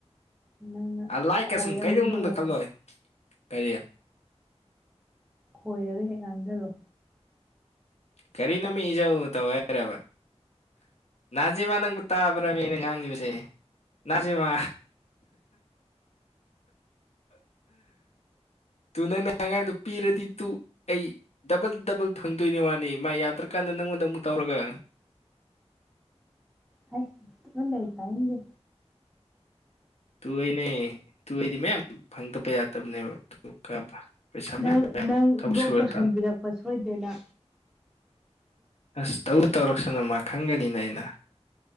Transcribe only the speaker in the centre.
ꯅꯪꯅ
ꯈꯣꯏꯔ
ꯉꯥꯡꯁꯤꯜꯂꯣ
ꯍꯦꯛ
ꯈꯣꯏꯔꯒ ꯍꯦꯛ ꯉꯥꯡꯁꯤꯜꯂꯣ
ꯍꯥꯏ ꯇꯨꯃꯤꯟ ꯂꯩꯌꯨ ꯇꯥꯅꯤꯡꯗꯦ꯫
ꯅꯪ
ꯅꯪ
ꯕꯂꯣꯛ
ꯇꯧꯁꯟꯕꯤꯔꯛꯄ
ꯁꯣꯏꯗꯅ꯫